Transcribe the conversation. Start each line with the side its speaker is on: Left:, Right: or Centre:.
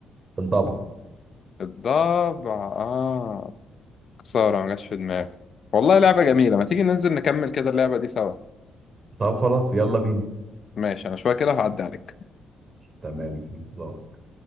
Right: الضبع
Left: الضبع آه خسارة ما جاش في دماغي والله لعبة جميلة ما تيجي ننزل نكمل كده اللعبة دي سوا
Right: طب خلاص يلا بينا
Left: ماشي أنا شوية كده هعدي عليك
Right: تمام في انتظارك